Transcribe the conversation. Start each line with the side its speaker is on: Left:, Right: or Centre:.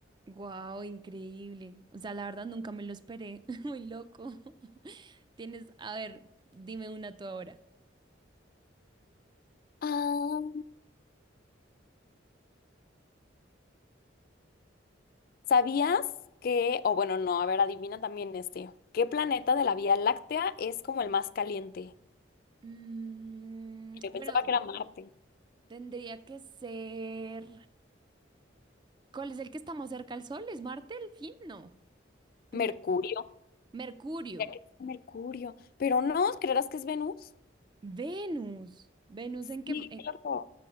Right: wow, increíble. O sea, la verdad nunca me lo esperé. <laughs> Muy loco. <laughs> Tienes, a ver, dime una tú ahora.
Left: Ah, ¿sabías que, o bueno, no, a ver, adivina también este, ¿qué planeta de la Vía Láctea es como el más caliente?
Right: Mm,
Left: Yo
Right: bueno,
Left: pensaba que era Marte.
Right: tendría que ser. ¿Cuál es el que está más cerca al Sol? ¿Es Marte el fin? No. Tendría
Left: Mercurio,
Right: que- Mercurio.
Left: ya que es Mercurio, pero no, ¿creerás que es Venus?
Right: Venus. Venus
Left: Sí,
Right: en qué. en-
Left: claro.